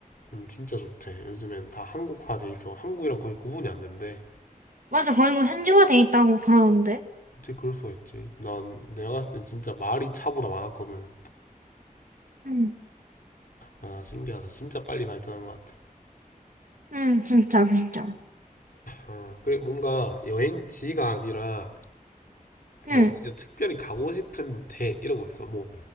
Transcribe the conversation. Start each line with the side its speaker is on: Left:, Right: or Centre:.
Left: 음, 진짜 좋대. 요즘엔 다 한국화 돼 있어. 한국이랑 거의 구분이 안 된대.
Right: 맞아, 거의 뭐 현지화돼 있다고 그러던데.
Left: 어떻게 그럴 수가 있지? 난 내가 갔을 땐 진짜 말이 차보다 많았거든.
Right: 응,
Left: 아, 신기하다. 진짜 빨리 발전한 것 같아.
Right: 응, 진짜, 진짜.
Left: 아, 그리고 뭔가 여행지가 아니라,
Right: 응,
Left: 뭐, 진짜 특별히 가고 싶은 데, 이런 거 있어. 뭐,